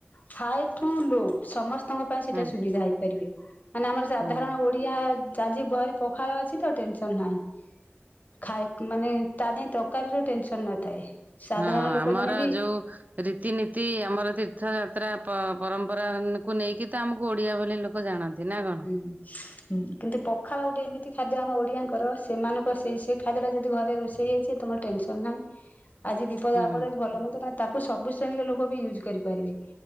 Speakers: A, on the left (about 40°); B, on the right (about 40°).
A: ହାଇ ଟୁ ଲୋ ସମସ୍ତ ତମ ପାଇଁ ସେଇଟା
B: ହୁଁ
A: ସୁବିଧା ହେଇପାରିବେ ମାନେ ଆମର ସାଧାରଣ
B: ହୁଁ
A: ଓଡିଆ ଜା ଯି ବହରେ ପଖାଳ ଅଛି ତ ଟେନ୍ ସନ୍ ନାହିଁ। ଖାଇ ମାନେ ତା ଦେଇଁ ତରକାରିର ଟେନସନ୍ ନଥାଏ। ସାଧାରଣ
B: ହଁ
A: ଲୋକ
B: ଆମର
A: ଜଣେ ବି
B: ଯୋଉ ରୀତିନୀତି ଆମର ତୀର୍ଥଯାତ୍ରା ପ ପରମ୍ପରା କୁ ନେଇକି ତ ଆମକୁ ଓଡିଆ ଭଳି ଲୋକ ଲୋକ ଜାଣନ୍ତି ନା କଣ।
A: ହୁଁ <inaudible> ହୁଁ କିନ୍ତୁ ପଖାଳ ଗୋଟେ ଏମିତି ଖାଦ୍ୟ ଆମ ଓଡିଆଙ୍କର ସେମାନଙ୍କ ସେଇ ସେ ଖାଦ୍ୟ ଟା ଯଦି ଘରେ ରୋଷେଇ ହେଇଛି ତମର ଟେନ୍ ସନ୍ ନାହିଁ ଆଜି ବିପଦ
B: ହୁଁ।
A: ଆପଦ ରେ ଭଲ ମନ୍ଦ ମାନେ ତାକୁ ସବୁ ଶ୍ରେଣୀର ଲୋକ ବି ୟୁଜ୍ କରିପାରିବେ।